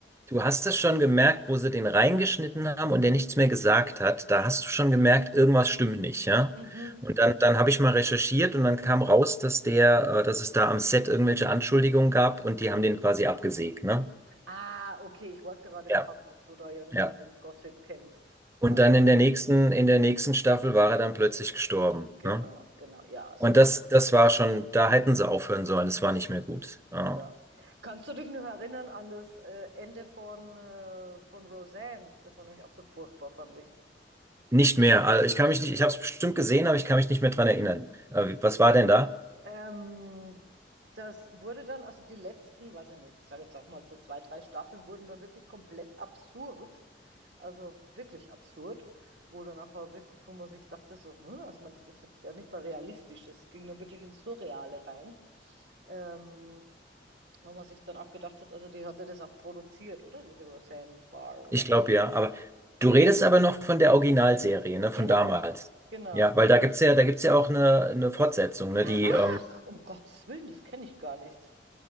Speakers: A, on the right; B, on the right.
A: Du hast es schon gemerkt, wo sie den reingeschnitten haben und der nichts mehr gesagt hat. Da hast du schon gemerkt, irgendwas stimmt nicht, ja?
B: Mhm.
A: Und dann, dann habe ich mal recherchiert und dann kam raus, dass der, äh, dass es da am Set irgendwelche Anschuldigungen gab und die haben den quasi abgesägt, ne?
B: Ah, okay, ich wollte gerade
A: Ja,
B: fragen, ob du da irgendwie
A: ja.
B: den Gossip kennst. Faszinierend.
A: Und dann in der nächsten, in der nächsten Staffel war er dann plötzlich gestorben,
B: Genau,
A: ne?
B: genau. Ja, also
A: Und
B: das
A: das,
B: war dann
A: das
B: nachher
A: war
B: wirklich.
A: schon, da hätten sie aufhören sollen. Es war nicht mehr gut. Ja.
B: Ja. Kannst du dich noch erinnern an das äh, Ende von, äh, von Roseanne? Das war nämlich auch so furchtbar, fand ich.
A: Nicht mehr. Also ich kann mich nicht, ich habe es bestimmt gesehen, aber ich kann mich nicht mehr dran erinnern. Äh, was war denn da?
B: Ähm, das wurde dann, also die letzten, weiß ich nicht, ich sage jetzt auch mal so zwei, drei Staffeln, wurden dann wirklich komplett absurd. Also wirklich absurd. Wo dann nachher wirklich, wo man sich dachte, so, hm, also man, das ist jetzt ja nicht mal realistisch. Es ging dann wirklich ins Surreale rein. Ähm, wo man sich dann auch gedacht hat, also die hatte das auch produziert, oder? Diese Roseanne Barr oder
A: Ich glaube
B: Arnold.
A: ja, aber du redest aber noch von der Originalserie, ne,
B: Genau,
A: von damals.
B: genau.
A: Ja, weil da gibt's ja, da gibt's ja auch eine, eine Fortsetzung, ne,
B: Ach,
A: die, ähm,
B: um Gottes Willen, das kenne ich gar nicht.